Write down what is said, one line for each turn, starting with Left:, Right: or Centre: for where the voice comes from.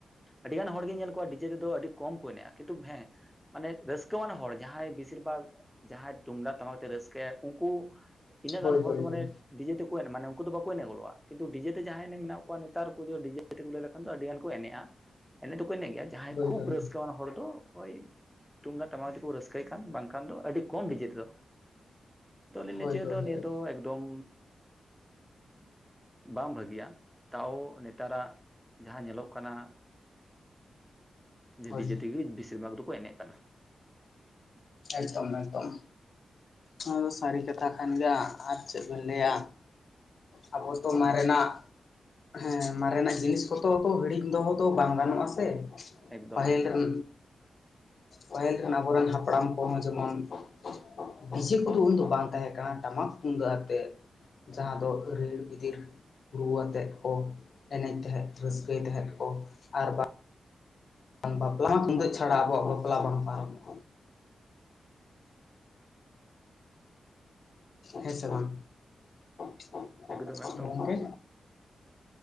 Centre: ᱟᱹᱰᱤ ᱜᱟᱱ ᱦᱚᱲᱜᱤᱧ ᱧᱮᱞ ᱠᱚᱣᱟ ᱰᱤᱡᱮ ᱨᱮᱫᱚ ᱟᱹᱰᱤ ᱠᱚᱢ ᱠᱚ ᱮᱱᱮᱡᱼᱟ ᱠᱤᱱᱛᱩ ᱦᱮᱸ? ᱢᱟᱱᱮ ᱨᱟᱹᱥᱠᱟᱹᱣᱟᱱ ᱦᱚᱲ ᱡᱟᱦᱟᱸᱭ ᱵᱤᱥᱤᱨ ᱵᱷᱟᱜᱽ ᱡᱟᱦᱟᱸᱭ ᱛᱩᱢᱫᱟᱜ ᱴᱟᱢᱟᱠ ᱟᱛᱮ ᱨᱟᱹᱥᱠᱟᱹ ᱟᱭ᱾ ᱩᱱᱠᱩ ᱤᱱᱟᱹᱜ
Left: ᱦᱳᱭ
Centre: ᱜᱟᱱ ᱦᱚᱲ
Left: ᱦᱳᱭ
Centre: ᱫᱚ ᱢᱟᱱᱮ,
Left: ᱦᱳᱭ
Centre: ᱰᱤᱡᱮ ᱛᱮᱠᱚ ᱢᱟᱱᱮ ᱩᱱᱠᱩ ᱫᱚ ᱵᱟᱠᱚ ᱮᱱᱮᱡ ᱜᱚᱫᱚᱜᱼᱟ ᱠᱤᱱᱛᱩ ᱰᱤᱡᱮᱛᱮ ᱡᱟᱦᱟᱸᱭ ᱮᱱᱮᱡ ᱢᱮᱱᱟᱜ ᱠᱚᱣᱟ ᱱᱮᱛᱟᱨ ᱠᱚᱫᱚ ᱰᱤᱡᱮ <inaudible> ᱞᱟᱹᱭ ᱞᱮᱠᱷᱟᱱ ᱫᱚ ᱟᱹᱰᱤ ᱜᱟᱱ ᱠᱚ ᱮᱱᱮᱡᱼᱟ ᱮᱱᱮᱡ ᱫᱚᱠᱚ ᱮᱱᱮᱡ ᱜᱮᱭᱟ ᱡᱟᱦᱟᱸᱭ
Left: ᱦᱳᱭ
Centre: ᱠᱷᱩᱵ
Left: ᱦᱳᱭ
Centre: ᱨᱟᱹᱥᱠᱟᱹ ᱟᱱ ᱦᱚᱲ ᱫᱚ ᱳᱭ ᱛᱩᱢᱫᱟᱜ ᱴᱟᱢᱟᱠ ᱛᱮᱠᱚ ᱨᱟᱹᱥᱠᱟᱹᱭ ᱠᱷᱟᱱ ᱵᱟᱝᱠᱷᱟᱱ ᱫᱚ ᱟᱹᱰᱤ ᱠᱚᱢ ᱰᱤᱡᱮ ᱛᱮ ᱫᱚ᱾ ᱛᱚ ᱞᱤᱧ
Left: ᱦᱳᱭ
Centre: ᱞᱟᱹᱭ ᱚᱪᱚᱭ
Left: ᱦᱳᱭ ᱦᱳᱭ
Centre: ᱫᱟ ᱱᱤᱭᱟᱹ ᱫᱚ ᱮᱠᱫᱚᱢ, ᱵᱟᱝ ᱵᱷᱟᱹᱜᱤᱭᱟ ᱛᱟᱣ ᱱᱮᱛᱟᱨᱟᱜ ᱡᱟᱦᱟᱸ ᱧᱮᱞᱚᱜ ᱠᱟᱱᱟ? ᱡᱮ
Left: ᱦᱳᱭ
Centre: ᱰᱤᱡᱮ ᱛᱮᱜᱮ ᱵᱤᱥᱤᱨ ᱵᱷᱟᱜᱽ ᱫᱚᱠᱚ ᱮᱱᱮᱡ ᱠᱟᱱᱟ᱾
Left: ᱮᱠᱫᱚᱢ ᱮᱠᱫᱚᱢ᱾ ᱱᱚᱣᱟ ᱫᱚ ᱥᱟᱹᱨᱤ ᱠᱟᱛᱷᱟ ᱠᱟᱱ ᱜᱮᱭᱟ ᱟᱨ ᱪᱮᱫ ᱵᱮᱱ ᱞᱟᱹᱭᱼᱟ᱾ ᱟᱵᱚ ᱫᱚ
Centre: ᱚᱱᱟ
Left: ᱢᱮᱨᱮᱱᱟᱜ,
Centre: ᱢᱟ ᱠᱟᱱᱟ
Left: ᱦᱮᱸ ᱢᱟᱨᱮᱱᱟᱜ ᱡᱤᱱᱤᱥ ᱠᱚᱛᱚ ᱛᱚ ᱦᱤᱲᱤᱧ ᱫᱚᱦᱚ ᱫᱚ ᱵᱟᱝ ᱜᱟᱱᱚᱜ ᱟᱥᱮ?
Centre: ᱮᱠᱫᱚᱢ
Left: ᱯᱟᱹᱦᱤᱞ
Centre: ᱮᱠᱫᱚᱢ
Left: ᱨᱮᱱ, ᱯᱟᱹᱦᱤᱞ ᱨᱮᱱ ᱟᱵᱚᱨᱮᱱ ᱦᱟᱯᱲᱟᱢ ᱦᱚᱸ ᱡᱮᱢᱚᱱ, ᱰᱤᱡᱮ ᱠᱚᱫᱚ ᱩᱱ ᱫᱚ ᱵᱟᱝ ᱛᱟᱦᱮᱸ ᱠᱟᱱᱟ ᱴᱟᱢᱟᱠ ᱛᱩᱢᱫᱟᱜ ᱟᱛᱮ᱾ ᱡᱟᱦᱟᱸ ᱫᱚ ᱨᱤᱲᱤᱢ ᱵᱤᱫᱤᱨ, ᱨᱩᱣᱟᱹ ᱟᱛᱮᱜ ᱠᱚ ᱮᱱᱮᱡ ᱛᱟᱦᱮᱸᱫ ᱨᱟᱹᱥᱠᱟᱹᱭ ᱛᱟᱦᱮᱸᱫ ᱠᱚ ᱟᱨ ᱵᱟᱝ, ᱵᱟᱯᱞᱟ ᱦᱚ ᱛᱩᱢᱫᱟᱹᱜ ᱪᱷᱟᱲᱟ ᱟᱵᱚᱣᱟᱜ ᱵᱟᱯᱞᱟ ᱵᱟᱝ ᱯᱟᱨᱚᱢᱚᱜᱼᱟ᱾ <unintelligible> ᱦᱮᱸ ᱥᱮ ᱵᱟᱝ? <unintelligible>
Centre: ᱮᱠᱫᱚᱢ ᱮᱠᱫᱚᱢ
Left: ᱜᱚᱝᱠᱮ,